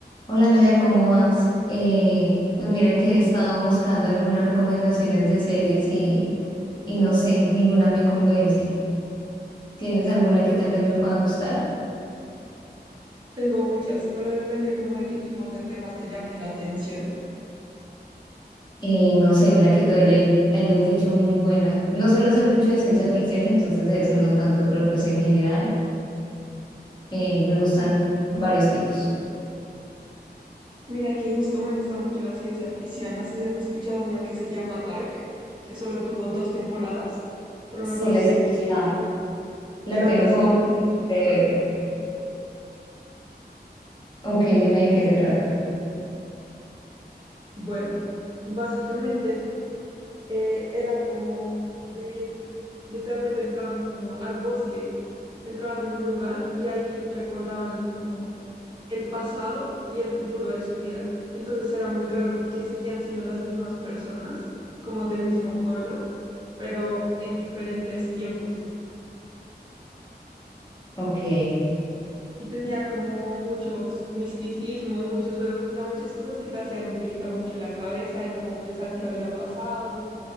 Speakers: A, on the left; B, on the right.
A: Hola Andrea, ¿cómo vas? Eh, pues mira que he estado buscando algunas recomendaciones de series y, y no sé, ninguna me convence. ¿Tienes alguna que tal vez me pueda gustar?
B: Tengo muchas, pero depende como de qué tipos de temas te llamen la atención.
A: Eh, no sé, una que tú haya- hayas dicho muy buena. No suelo hacer mucho de ciencia ficción, entonces de eso no tanto, pero pues en general eh, me gustan varios tipos.
B: Mira que justo me gusta mucho la ciencia ficción. No sé si has escuchado una que se llama Dark, que solo tuvo dos temporadas, pero
A: Sí,
B: me pareció
A: la he escuchado.
B: increíble.
A: La
B: Era
A: tengo
B: una serie
A: como
B: muy futurista.
A: de ver. Ok, dime de qué se trata.
B: Bueno, básicamente eh, era como vivir, literalmente entraban como al bosque, entraban en un lugar y ahí recordaban como el pasado y el futuro de su vida. Entonces era muy raro porque seguían siendo las mismas personas, como del mismo pueblo, pero en diferentes tiempos.
A: Ok.
B: Y tenía como muchos misticismos, muchos juegos, o sea, muchas cosas que te hacían utilizar mucho la cabeza y como pensar qué había pasado